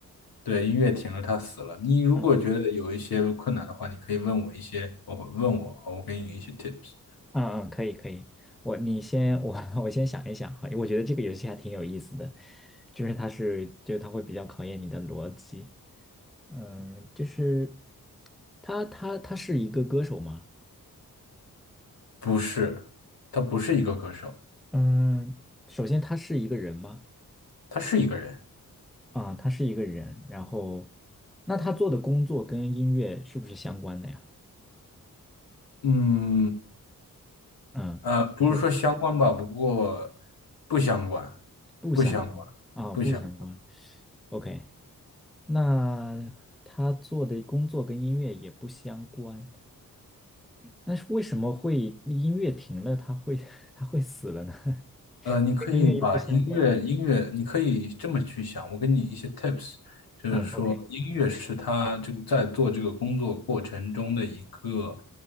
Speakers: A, on the left; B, in the centre.
A: 对，音乐停了，他死了，你如果觉得有一些困难的话，
B: 嗯。
A: 你可以问我一些，我会问我，我给你一些 tips，
B: 嗯嗯，可以可以，我你先我 <laughs> 我先想一想哈，我觉得这个游戏还挺有意思的，就是它是就它会比较考验你的逻辑，嗯，就是他他他是一个歌手吗？
A: 不是，他不是一个歌手，
B: 嗯，首先他是一个人吗？
A: 他是一个人，
B: 啊、他是一个人，然后那他做的工作跟音乐是不是相关的呀？
A: 嗯，
B: 嗯，
A: 呃，不是说相关吧，
B: 是
A: 不过不相关，
B: 不相关啊、
A: 不相关，不相
B: 不相关。OK，那他做的工作跟音乐也不相关。那是为什么会音乐停了，它会 <laughs> 它会死了呢？<laughs>
A: 呃，你可以把音乐音乐，
B: 跟音乐又不相关。
A: 你可以这么去想。我给你一些 tips，就是说音乐是他这个在做这个工作过程中的一个
B: 嗯，OK，